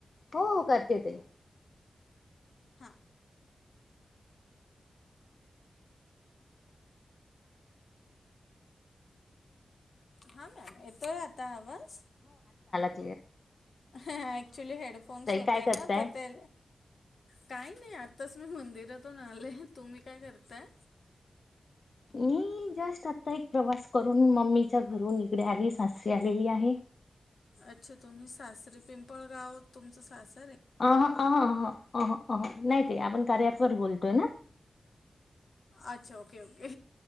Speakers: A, on the left (about 50°); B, on the left (about 70°).
A: हो हो करते ते
B: हा हा मॅम येतोय आता आवाज
A: र
B: ऍक्च्युली हेडफोन्स होते
A: काय
B: ना
A: करताय
B: तर ते काही नाही आताच मी मंदिरातून आले तुम्ही काय करताय.
A: मी जस्ट आता एक प्रवास करून मम्मीच्या घरून इकडे आली सासरी आलेली आहे.
B: अच्छा तुम्ही सासरी पिंपळगावत तुमच सासरी
A: ह हा आ हा ह ह नाही. ते आपण कार्याअँप वर बोलतोय ना
B: अच्छा ओके ओके